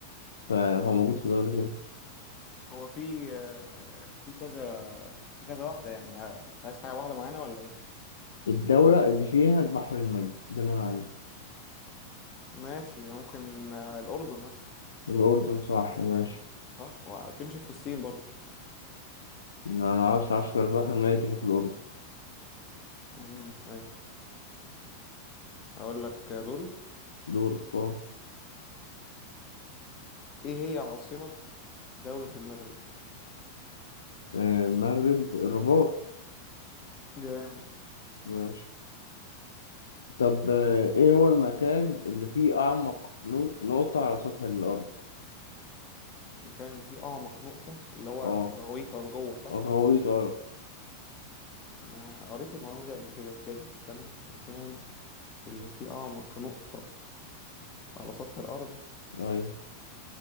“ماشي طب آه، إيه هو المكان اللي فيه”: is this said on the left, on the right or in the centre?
Left